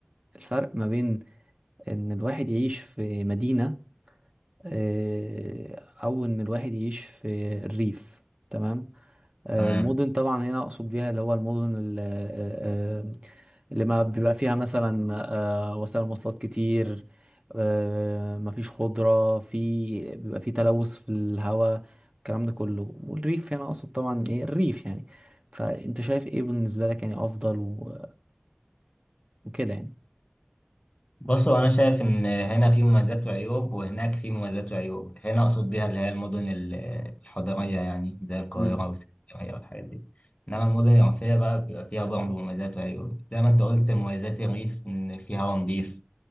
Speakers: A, on the right; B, on the left.
A: الفرق ما بين ان الواحد يعيش في مدينة آه، او ان الواحد يعيش في الريف تمام آه،
B: تمام
A: المدن طبعا هنا اقصد بيها اللي هو المدن ال- آه، آه، اللي ما بيبقى فيها مثلا آه، وسائل مواصلات كتير آه، مفيش خضرة في بيبقى في تلوث في الهواء الكلام ده كله والريف هنا اقصد طبعا ايه الريف يعني فانت شايف ايه بالنسبة لك يعني افضل و- وكده يعني
B: بصوا انا شايف ان هنا في مميزات وعيوب وهناك في مميزات وعيوب هنا اقصد بيها اللي هي المدن ال- الحضريه يعني زي القاهره
A: امم
B: والاسكندريه والحاجات دي انما المدن الريفيه بقى بيبقى فيها برضه مميزات وعيوب زي ما انت قلت مميزات الريف ان في هواء نظيف